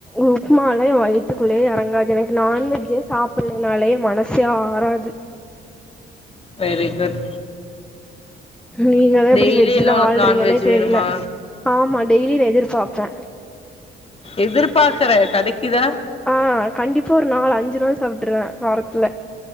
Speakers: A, in the centre; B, on the left.
A: உப்மால்லா எ வயித்துக்குள்ளே எறங்காது எனக்கு நான்வெஜ்ஜே சாப் பில்லைனாலே மனசே ஆறாது
B: வெரி குட்
A: நீங்களா எப்டி
B: டெய்லி
A: வெஜ்ல
B: என்ன உனக்கு
A: வாழ்றீங்கன்னே
B: நான்வெஜ்
A: தெரில
B: வேணுமா
A: ஆமா டெய்லி இத எதிர்பாப்பே
B: எதிர்பாக்கறே கடைக்குதா
A: அ கண்டிப்பா ஒரு நால் அஞ்சு தடவ சாப்ட்டுருவ வாரத்துல